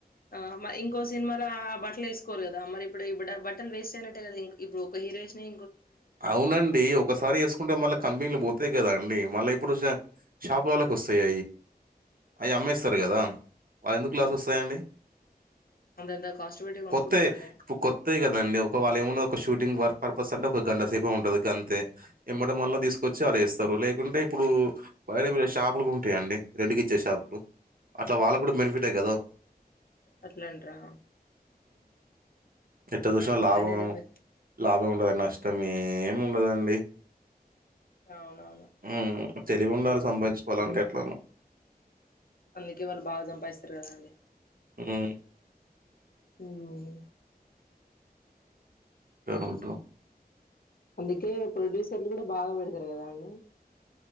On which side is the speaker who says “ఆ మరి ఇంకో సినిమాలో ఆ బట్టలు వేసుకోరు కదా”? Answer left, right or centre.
Left